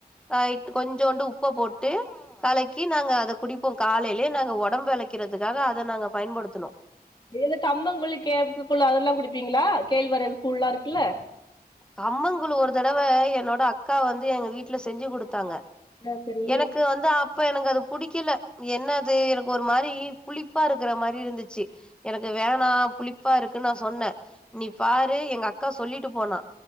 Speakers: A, in the centre; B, on the left.
A: அ கொஞ்சோண்டு உப்ப போட்டு கலக்கி நாங்க அத குடிப்போ காலேயிலே நாங்க ஒடம்பு இளைக்கிறதுக்காக அத நாங்க பயன்படுத்துனோ
B: இதுல தம்மங்கூல்லு கேப்பகூலு அதெல்லா குடிப்பீங்களா கேழ்வரகு கூல்லா இருக்குல்ல
A: கம்மங்கூலு ஒரு தடவ என்னோட அக்கா வந்து எங்க வீட்டுல செஞ்சு குடுத்தாங்க
B: ஆ சரி
A: எனக்கு வந்து அப் ப எனக்கு அது புடிக்கல என்ன அது எனக்கு ஒரு மாரி புளிப்பா இருக்கற மாரி இருந்துச்சு எனக்கு வேணா புளிப்பா இருக்குன்னு நா சொன்னே நீ பாரு எங்க அக்கா சொல்லிட்டு போனா